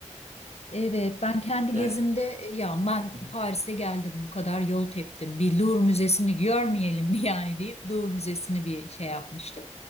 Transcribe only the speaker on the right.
Yani
Hı hı.